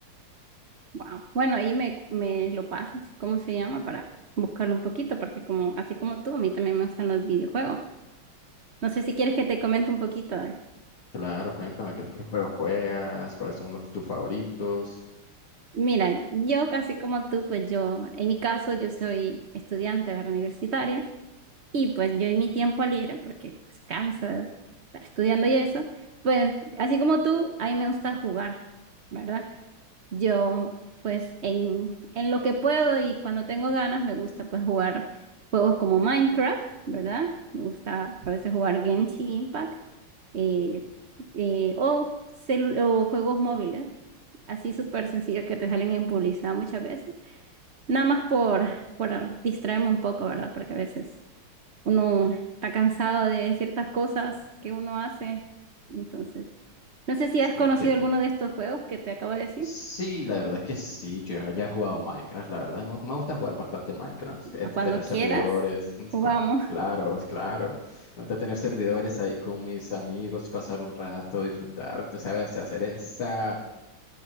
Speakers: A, on the right (about 45°); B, on the left (about 80°).
A: Wow. Bueno, ahí me, me lo pasas. ¿Cómo se llama? Para buscarlo un poquito, porque como, así como tú, a mí también me gustan los videojuegos. No sé si quieres que te comente un poquito.
B: Claro, cuéntame qué, qué juego juegas, cuáles son los, tus favoritos.
A: Mira, yo casi como tú, pues yo, en mi caso, yo soy estudiante, ¿verdad? Universitaria, y pues yo en mi tiempo libre, porque pues cansa estar estudiando y eso, pues así como tú, a mí me gusta jugar, ¿verdad? Yo, pues en, en lo que puedo y cuando tengo ganas, me gusta pues jugar juegos como Minecraft, ¿verdad? Me gusta a veces jugar Genshin Impact, eh, eh, o, celu- o juegos móviles así súper sencillos que te salen en publicidad muchas veces, nada más por, por distraerme un poco, ¿verdad? Porque a veces uno está cansado de ciertas cosas que uno hace. Entonces, no sé si
B: Sí,
A: has
B: entiendo.
A: conocido alguno de estos juegos que te acabo de decir.
B: Sí, la verdad es que sí, yo ya he jugado Minecraft, la verdad, me, me gusta jugar bastante Minecraft, este,
A: A Cuando
B: tener
A: quieras,
B: servidores, <laughs>
A: jugamos.
B: cuan- claro,
A: <laughs>
B: es claro, me gusta tener servidores ahí con mis amigos, pasar un rato, disfrutar, tú sabes, hacer esa